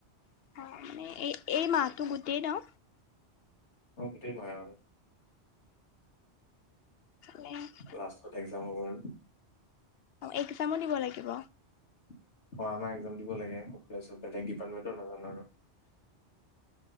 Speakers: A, on the left; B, on the left.
A: অঁ মানে এই, এই মাহটো গোটেই নহ।
B: অহ, গোটেই মাহ আৰু।
A: মানে।
B: লাষ্টত এক্সাম হ'ব আৰু।
A: এক্সামো দিব লাগিব।
B: অ', আমাৰ এক্সাম দিব লাগে তাপিছত বেলেগ ডিপাৰ্টমেন্টৰ নাজানো আৰু।